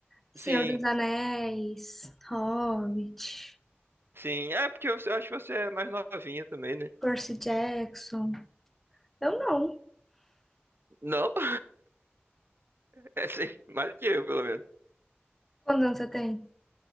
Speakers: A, in the centre; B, on the right.
A: Senhor
B: Sim.
A: dos Anéis, Hobbit.
B: Sim, é porque eu eu acho que você é mais novinha também, né?
A: Percy Jackson. Eu não.
B: Não? <laughs> É sim, mais do que eu, pelo menos.
A: Quantos anos você tem?